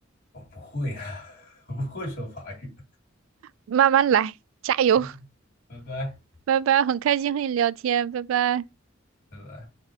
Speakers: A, on the left; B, on the right.
A: 我不会啊，<laughs> 我不会说法语。
B: 慢慢来，加油，
A: OK，拜拜，
B: <laughs> 拜拜，很开心和你聊天，拜拜。
A: 拜拜。